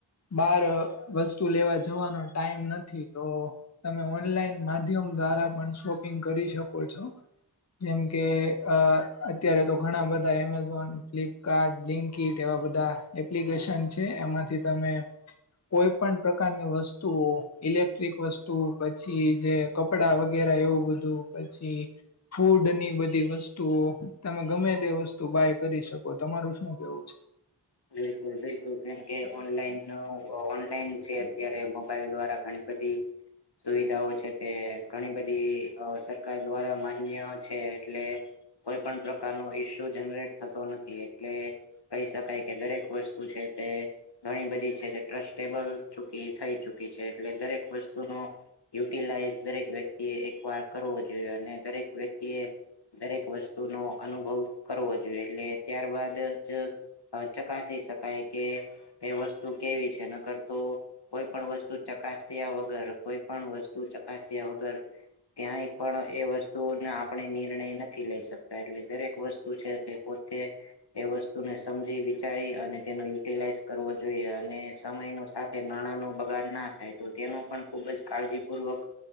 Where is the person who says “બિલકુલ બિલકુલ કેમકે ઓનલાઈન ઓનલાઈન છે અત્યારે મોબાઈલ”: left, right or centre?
Left